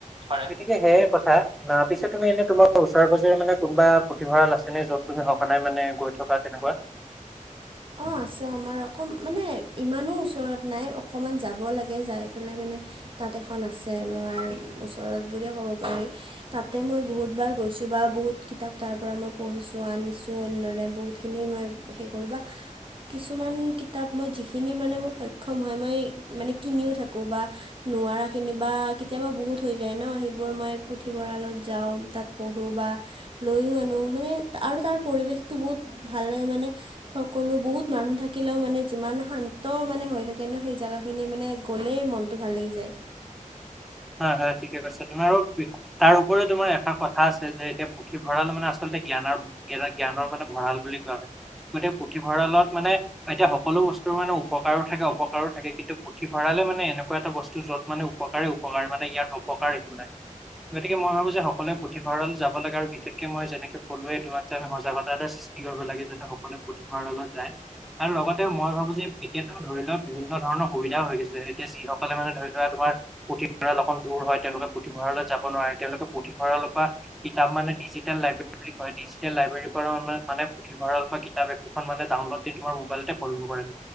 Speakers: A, on the right; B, in the centre.
A: পাৰে
B: কেতে এ সেয়ে কথা। আ' পিছে তুমি এনে তোমাৰ ওচৰে - পাজৰে মানে কোনোবা পুথিভঁৰাল আছে নে যত তুমি সঘনাই মানে গৈ থকাত তেনেকুৱা? <unintelligible>
A: অঁ আছে। আমাৰ অক মানে ইমানো ওচৰত নাই অকণমান যাব লাগে যাই পেলাই মানে তাত এখন আছে আমাৰ ওচৰত বুলিও ক'ব পাৰি। তাতে মই বহুতবাৰ গৈছোঁ বা বহুত কিতাপ তাৰ পৰা মই পঢ়িছোঁ, আনিছোঁ এনেদৰে বহু খিনি মই সে কৰোঁ বা কিছুমান কিতাপ মই যিখিনি মানে মোৰ সক্ষম হয়। মই মানে কিনিও থাকোঁ বা নোৱাৰাখিনি বা কেতিয়াবা বহুত থৈ যায় ন। সেইবোৰ মই পুথিভঁৰালত যাওঁ তাত পঢ়োঁ বা লৈয়ো আনো মানে আৰু তাৰ পৰিৱেশটো বহুত ভাল লাগে মানে সকলো বহুত মানুহ থাকিলেও মানে যিমান শান্ত মানে হৈ থাকে ন, সেই জেগাখিনি মানে গ'লেই মন টো ভাল লাগি যায়।
B: হয় হয় ঠিকে কৈছা। তোমাৰ আৰু বি তাৰ উপৰিও তোমাৰ এটা কথা আছে যে এতিয়া পুথিভঁৰাল মানে আচলতে জ্ঞানৰ গেদা জ্ঞানৰ মানে ভঁৰাল বুলি কোৱা হয় গতিকে পুথিভঁৰালত মানে এতিয়া সকলো বস্তুৰ মানে উপকাৰো থাকে অপকাৰো থাকে কিন্তু পুথিভঁৰালে মানে এনেকুৱা এটা বস্তু যত মানে উপকাৰে উপকাৰ মানে ইয়াত অপকাৰ একো নাই। গতিকে মই ভাবো যে সকলোৱে পুথিভঁৰাল যাবা লাগে আৰু বিশেষকে মই যেনেকৈ কলোৱেই তোমাক যে আমি সজাগত এটা সৃ ষ্টি কৰিব লাগে যাতে সকলোৱে পুথিভৰালত যায়। আৰু লগতে মই ভাবো যে এতিয়াাতো ধৰি লোৱা বিভিন্ন ধৰণৰ সুবিধাও হৈ গৈছে। এতিয়া যিসকলে মানে ধৰি লোৱা তোমাৰ ভঁৰাল অলপ দূৰ হয়। তেওঁলোকে পুথিভঁৰালৈ যাব নোৱাৰে, তেওঁলোকে পুথিভঁৰালৰ পৰা কিতাপ মানে ডিজিটেল লাইব্ৰেৰী বুলি কয়। ডিজিটেল লাইব্ৰেৰীৰ পৰা মানে কিবা ৰল পাই কিতাপ একোখন মানে ডাউনলোড তোমাৰ মোবাইলতে কৰিব পাৰে।